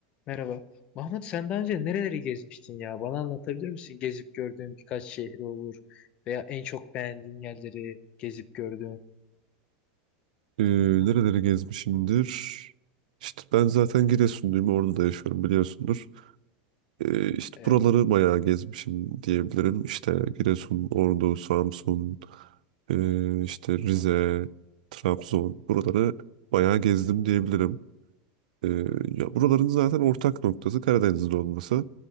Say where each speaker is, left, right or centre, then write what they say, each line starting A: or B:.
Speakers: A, on the left (about 25°); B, on the right (about 85°).
A: Merhaba. Mahmut sen daha önce nereleri gezmiştin ya? Bana anlatabilir misin? Gezip gördüğün birkaç şehri olur veya en çok beğendiğin yerleri gezip gördüğün.
B: Ee, nereleri gezmişimdir? İşte ben zaten Giresunluyum. Orada da yaşıyorum biliyorsundur. Ee, işte
A: Evet.
B: buraları bayağı gezmişim diyebilirim. İşte Giresun, Ordu, Samsun, ee, işte Rize, Trabzon. Buraları bayağı gezdim diyebilirim. Ee, ya buraların zaten ortak noktası Karadeniz'de olması.